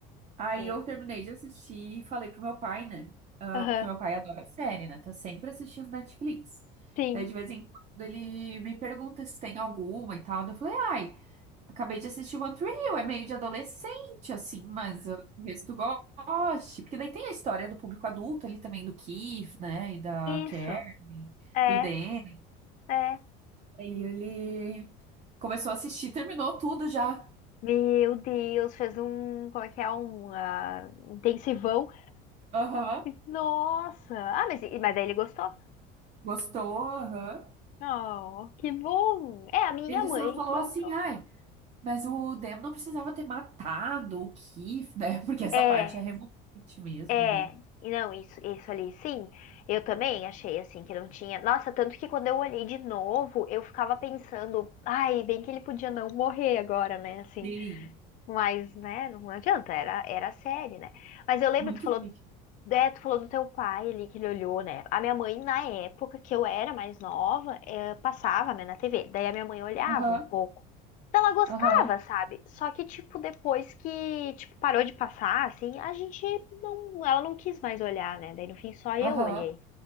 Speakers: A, on the right; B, on the left.
A: aí
B: E-
A: eu terminei de assistir e falei pro meu pai, né? Ah,
B: Aham,
A: porque meu pai adora série, né? Tá sempre assistindo Netflix.
B: sim.
A: Daí de vez em quando ele me pergunta se tem alguma e tal. Daí eu falei, ai, acabei de assistir One Tree Hill, é meio de adolescente, assim, mas eu talvez tu goste. Porque daí tem a história do público adulto ali também, do Keith, né? E da
B: Isso,
A: Karen,
B: é,
A: do Danny.
B: é.
A: Aí ele começou a assistir, terminou tudo já.
B: Meu Deus, fez um, como é que é, um ah, intensivão
A: Aham.
B: Nossa! Ah, mas, e- mas aí ele gostou?
A: Gostou? Aham.
B: Oh, que bom! É, a minha
A: Ele
B: mãe
A: só falou
B: gostou.
A: assim, ai, mas o Demo não precisava ter matado o Keith, né? <laughs> Porque essa
B: É,
A: parte é revoltante mesmo,
B: é.
A: né?
B: E Não, isso, isso ali, sim. Eu também achei assim que não tinha. Nossa, tanto que quando eu olhei de novo, eu ficava pensando, ai, bem que ele podia não morrer agora, né? Assim,
A: Sim,
B: mas, né, não adianta, era, era a série, né? Mas eu lembro,
A: muito
B: tu falou
A: triste.
B: É, tu falou do teu pai ali que ele olhou, né? A minha mãe, na época que eu era mais nova, eh, passava, né, na TV. Daí a minha mãe olhava
A: Aham,
B: um pouco. Então, Ela gostava,
A: aham,
B: sabe? Só que, tipo, depois que, tipo, parou de passar, assim, a gente não. Ela não quis mais olhar, né? Daí no fim só eu
A: aham.
B: olhei.